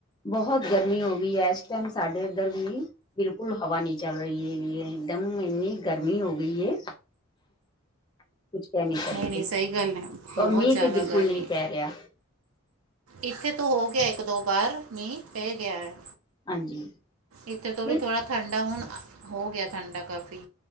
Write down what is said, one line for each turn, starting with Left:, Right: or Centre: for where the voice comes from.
Left: ਬਹੁਤ ਗਰਮੀ ਹੋ ਗਈ ਹੈ ਇਸ ਟਾਈਮ ਸਾਡੇ ਇੱਧਰ ਵੀ ਬਿਲਕੁਲ ਹਵਾ ਨਹੀਂ ਚੱਲ ਰਹੀ ਹੈਗੀ ਹੈ। ਇਕਦਮ ਇੰਨੀ ਗਰਮੀ ਹੋ ਗਈ ਹੈ। ਕੁਛ ਕਹਿ ਸਕਦੇ
Right: ਨਹੀਂ ਨਹੀਂ ਸਹੀ ਗੱਲ ਹੈ ਬਹੁਤ
Left: ਔਰ ਮੀਂਹ
Right: ਜ਼ਿਆਦਾ
Left: ਤੇ ਬਿਲਕੁਲ
Right: ਗਰਮੀ।
Left: ਨਹੀਂ ਪੈ ਰਿਹਾ
Right: ਇੱਥੇ ਤੋਂ ਹੋ ਗਿਆ ਇੱਕ ਦੋ ਵਾਰ ਮੀਂਹ ਪੈ ਗਿਆ ਹੈ।
Left: ਹਾਂਜੀ
Right: ਇੱਥੇ ਤੋਂ ਵੀ
Left: ਨਹੀਂ
Right: ਥੋੜਾ ਠੰਡਾ ਹੁਣ ਹੋ ਗਿਆ ਠੰਡਾ ਕਾਫੀ।